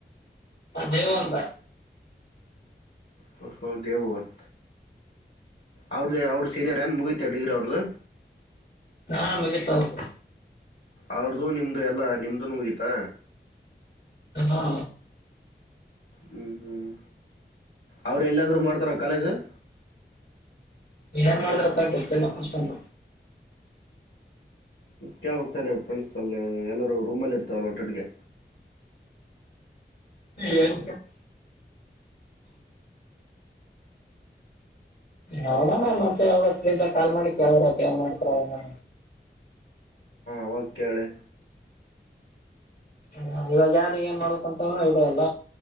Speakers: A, on the left; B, on the left.
A: ಅ ದೇವ ಅಂತ
B: ಹ ಹ ದೇವಬೋನ್ ಅವ್ರ್ದ ಅವ್ರ ಸೀನಿಯರ್ ಏನ್ ಮುಗಿತ ಡಿಗ್ರಿ ಅವ್ರದ್ದು
A: ಹಾ ಮಗ ತ ಹದು
B: ಅವ್ರದುು ನಿಮ್ದು ಎಲ್ಲಾ ನಿಮ್ದುನು ಮುಗೀತಾ
A: ಹಾ
B: ಹ್ಮ್ ಹ್ಮ್ ಅವ್ರು ಎಲ್ಲಾದರೂ ಮಾಡ್ತಾರೆ ಕಲೆಸರ್
A: ಏನ್ ಮಾಡಿದ್ರಪ್ಪ ಗೊತ್ತಿಲ್ಲ ಅಷ್ಟಲ್ಲ
B: ಕೇಳ್ ಹತೇನೆ ಫ್ರೆಂಡ್ಸ್ ಅಲ್ಲಿ ಎಲ್ಲರು ರೂಮಲ್ಲಿ ಇರ್ತಾರಲ್ಲ ಹೊಟೆಡ್ಗೆ
A: ಏನ್ ನೋಡೋಣ್ಣ ಮತ್ತೆ ಅವಾಗಿಂದ ಕಾಲ್ ಮಾಡಿ ಕೇಳ್ದಾರತ್ ಏನ್ ಮಾಡ್ತಾರನ
B: ಹ ಕೇಳಿ
A: ಹ ಇವಾಗ ಯಾರಿ ಏನ್ ಮಾಡ್ಕ್ ಅಂತೂ ಇ ಅಲ್ಲ